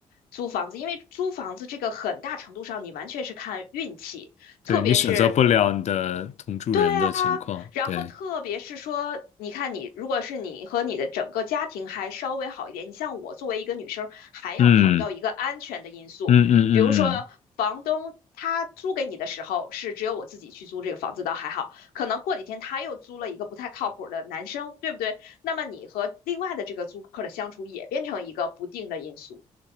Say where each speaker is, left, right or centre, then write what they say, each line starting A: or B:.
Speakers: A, on the left; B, on the left.
A: 租房子，因为租房子这个很大程度上你完全是看运气，
B: 对你选择不了你的同住人的情况，
A: 特别是对啊，然后特别是说，
B: 对，
A: 你看你如果是你和你的整个家庭还稍微好一点，你像我作为一个女生，还要考虑到一个安全的因素，
B: 嗯嗯嗯嗯嗯，
A: 比如说房东他租给你的时候是只有我自己去租这个房子倒还好，可能过几天他又租了一个不太靠谱的男生，对不对？那么你和另外的这个租客的相处也变成一个不定的因素，